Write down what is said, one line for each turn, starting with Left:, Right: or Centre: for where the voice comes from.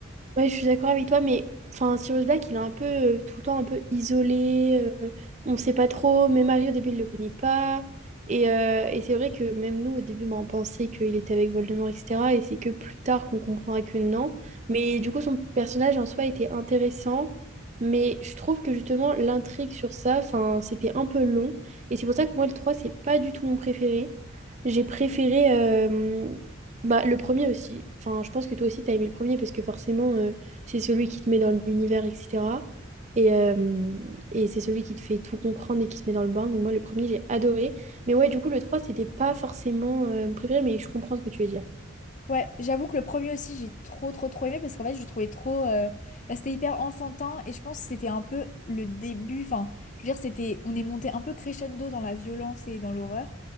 Right: Ouais, je suis d'accord avec toi, mais enfin, Sirius Black, il est un peu euh, tout le temps un peu isolé. euh, on ne sait pas trop. Même Harry, au début, il ne le connaît pas. Et, euh, et c'est vrai que même nous, au début, ben, on pensait qu'il était avec Voldemort, etc. Et c'est que plus tard qu'on comprendra que non. Mais du coup, son personnage en soi était intéressant. Mais je trouve que justement, l'intrigue sur ça, enfin, c'était un peu long. Et c'est pour ça que moi, le 3 c'est pas du tout mon préféré. J'ai préféré. euh, bah, le premier aussi. Enfin, je pense que toi aussi, t'as aimé le premier parce que forcément, euh, c'est celui qui te met dans l'univers, etc. Et, euh, et c'est celui qui te fait tout comprendre et qui te met dans le bain. Donc moi, le premier, j'ai adoré. Mais ouais, du coup, le 3, c'était pas forcément euh, mon préféré, mais je comprends ce que tu veux dire.
Left: Ouais, j'avoue que le premier aussi, j'ai trop, trop, trop aimé parce qu'en fait, je le trouvais trop. euh, bah, c'était hyper enfantin et je pense que c'était un peu le début. Enfin, je veux dire, c'était, on est monté un peu crescendo dans la violence et dans l'horreur.